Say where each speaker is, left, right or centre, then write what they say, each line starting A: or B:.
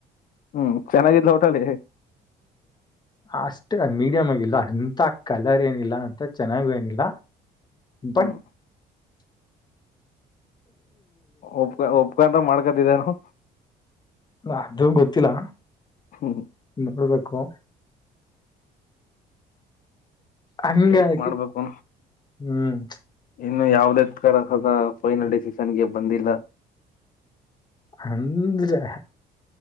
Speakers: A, on the left; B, on the left.
A: ಹ್ಮ್ ಚೆನ್ನಾಗಿದ್ಲ ಟಳಿ
B: ಅಷ್ಟ ಮೀಡಿಯಂ್ ಆಗಿಲ್ಲ ಅಂತ ಕಲರ್ ಏನಿಲ್ಲ ಅಂತ ಚೆನ್ನಾಗು ಏನಿಲ್ಲ ಬಟ್
A: ಹ್ಮ್ ಒಪ್ ಒಪ್ಕ ಮಾಡ್ಕತಿದ್ದಾರು
B: ಅದು ಗೊತ್ತಿಲ್ಲ
A: ಹ್ಮ್
B: ನೋಡ್ಬೇಕು ಹಂಗಕಿ
A: ವೇಟ್ ಮಾಡ್ಬೇಕು
B: ಹ್ಮ್
A: ಇನ್ನು ಯಾವುದೇ ತ ಸದ ಫೈನಲ್ ಡಿಸಿಷನ್ಗೆ ಬಂದಿಲ್ಲ
B: ಅಂದ್ರೆ